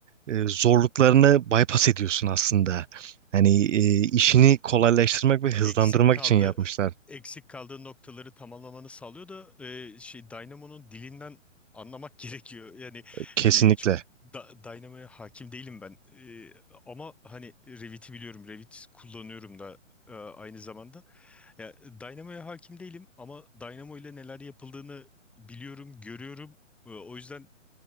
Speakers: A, on the right; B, in the centre.
A: e, zorluklarını bypass ediyorsun aslında. Hani e, işini kolaylaştırmak ve hızlandırmak
B: eksik kaldı
A: için yapmışlar.
B: eksik kaldığı noktaları tamamlamanı sağlıyor da e, şey Dynamo'nun dilinden anlamak <laughs> gerekiyor. Yani
A: Kesinlikle.
B: e, çok da, Dynamo'ya hakim değilim ben. E, ama hani Revit'i biliyorum. Revit kullanıyorum da e, aynı zamanda. Ya, Dynamo'ya hakim değilim ama Dynamo ile neler yapıldığını biliyorum, görüyorum. E, o yüzden